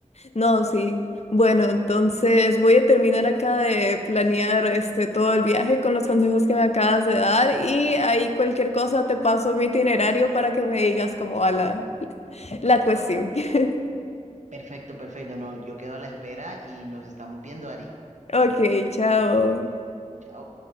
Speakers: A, on the left; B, on the right.
A: No, sí. Bueno, entonces voy a terminar acá de planear este todo el viaje con los consejos que me acabas de dar y ahí cualquier cosa te paso mi itinerario para que me digas cómo va la, la cuestión. <laughs>
B: Perfecto, perfecto. No, yo quedo a la espera y nos estamos viendo, Ari.
A: Ok, chao.
B: Chao.